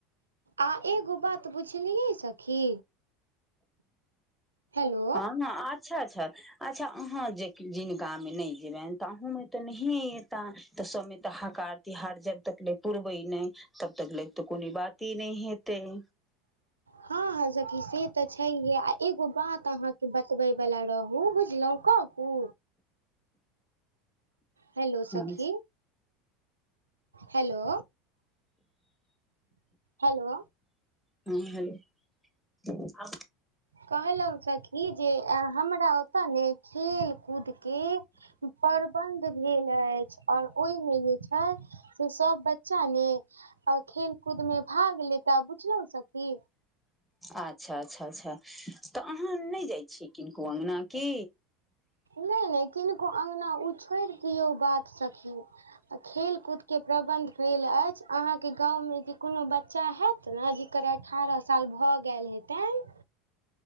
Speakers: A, on the right; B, in the centre.
A: आ एगो बात बुझलिय सखी। हेलो
B: हं हं अच्छा अच्छा। अच्छा अहां जे जिनका मे नैइ जे बनि तऽ अहूं मे तऽ नहिए ऐता तऽ सब मे तऽ हकार। तिहार जब तक ले पूर्वय नैइ तब तक ले तऽ कोनो बाते नैइ हेतैय।
A: हं हं सखी से तऽ छैयहे आ एगो बात अहां। बतबै बाला रहू बुझलौउ कहु। हेलो सखी
B: हँ
A: हेलो। हेलो।
B: हँ हेलो <inaudible> आ
A: कहलौउ सखी जे अ हमरा ओतऽ ने खेलकूद। के प्रबन्ध भेल अइछ और ओइ मे जे छैय। से सब बच्चा ने खेल कूद मे भाग लेता बुझलउ ने सखी।
B: अच्छा अच्छा अच्छा तऽ अहां नैइ जाय छियै किनको अङ्गना की।
A: नैइ नैइ किनको अङ्गना ओ छोड़ि दियौ बात सखी। खेल कूद के प्रबन्ध भेल अइछ अहां के गाँव मे जे कोनो बच्चा हैत। हं जकर अठारह साल भऽ गैल हेतैन।